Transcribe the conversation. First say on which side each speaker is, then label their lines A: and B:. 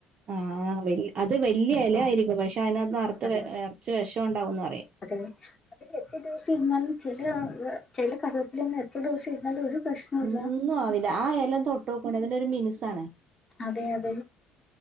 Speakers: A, on the right (about 40°); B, on the left (about 20°).
A: ആഹ് വെല് അത് വെല്ല്യെ എലായിരിക്കും പക്ഷെ അതിനകത്ത് നർത്ത്
B: അതെ
A: ഏഹ് നർച്ച് വെഷോണ്ടാവുന്ന് പറയും.
B: അതെ അത് എത്ര ദിവസിര്ന്നാലും ചെലെ അഹ് ചെല കറിവേപ്പിലൊന്നും എത്ര ദിവസിര്ന്നാലും ഒരു പ്രശ്നവുമില്ല
A: ഒന്നു ആവില്ല ആ എല തൊട്ടോക്കോണ്ടി അതിനൊരു മിൻസാണ്.
B: അതെ യതെ